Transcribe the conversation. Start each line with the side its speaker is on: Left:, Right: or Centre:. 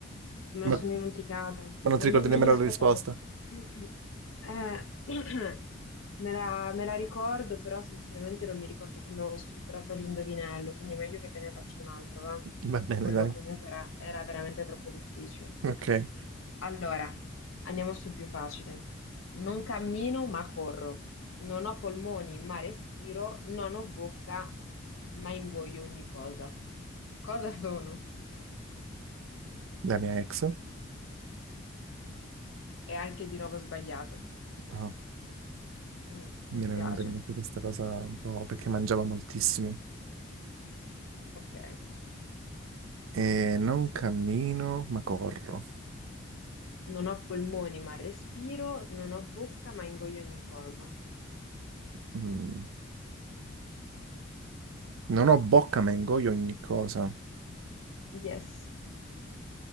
Left: Me
Right: Ma,
Left: lo sono dimenticato.
Right: ma non
Left: Meglio,
Right: ti ricordi
Left: meglio
Right: nemmeno
Left: aspettami.
Right: la risposta?
Left: <clears throat> Eh, <clears throat> me la, me la ricordo, però sinceramente non mi ricordo come avevo strutturato l'indovinello, quindi è meglio che te ne faccio un altro, va?
Right: Va bene,
Left: Che quello
Right: dai.
Left: comunque era, era veramente troppo difficile.
Right: Ok.
Left: Allora, andiamo sul più facile. Non cammino, ma corro. Non ho polmoni, ma respiro. Non ho bocca, ma ingoio ogni cosa. Cosa sono?
Right: La mia ex.
Left: È anche di nuovo sbagliato.
Right: Ah,
Left: Mm, mi
Right: mi
Left: spiace.
Right: era venuta in mente questa cosa un po' perché mangiava
Left: Mm,
Right: moltissimo.
Left: ok.
Right: E non cammino, ma corro.
Left: Non ho polmoni ma respiro, non ho bocca ma ingoio ogni cosa.
Right: Mm. Non ho bocca, ma ingoio ogni cosa.
Left: Yes.